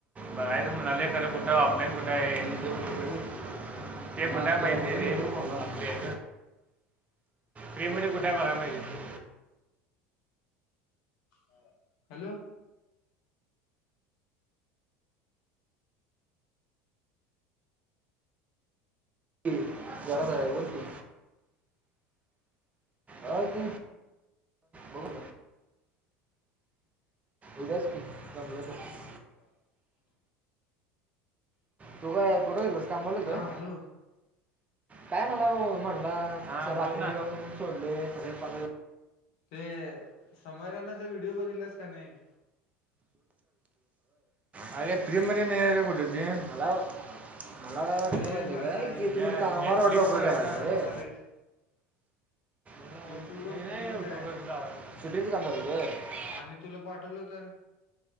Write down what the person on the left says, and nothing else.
केताना
तेच बोलेल
हा. हॅलो.
ह.
हा
हॅलो
ते समयरानाचा व्हिडिओ बघितलास का नाही?
ए
मर्दा
युट्यूब
वर
फ्री मध्ये
आणि
तू काय
बनालायस
युट्यूब वर फ्री
मध्ये
आहे
आणि तुला पाठवलं तर